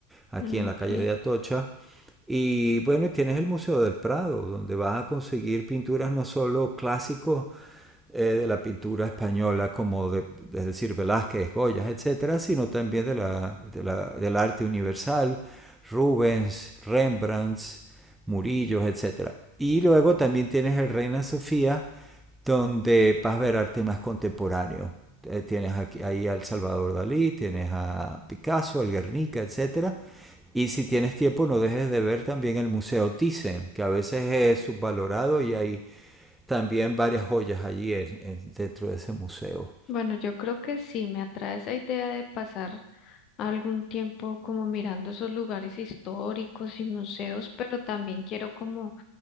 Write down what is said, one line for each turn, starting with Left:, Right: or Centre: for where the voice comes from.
Centre: aquí
Left: Ok.
Centre: en la calle de Atocha. Y bueno, y tienes el Museo del Prado, donde vas a conseguir pinturas no solo clásicos, eh, de la pintura española, como de, es decir, Velázquez, Goya, etcétera, sino también de la, de la, del arte universal, Rubens, Rembrandt, Murillo, etcétera. Y luego también tienes el Reina Sofía, donde vas a ver arte más contemporáneo. Eh, tienes aquí, ahí al Salvador Dalí, tienes a Picasso, al Guernica, etcétera. Y si tienes tiempo, no dejes de ver también el Museo Thyssen, que a veces es subvalorado y hay también varias joyas allí en, en- dentro de ese museo.
Left: Bueno, yo creo que sí, me atrae esa idea de pasar algún tiempo como mirando esos lugares históricos y museos, pero también quiero como,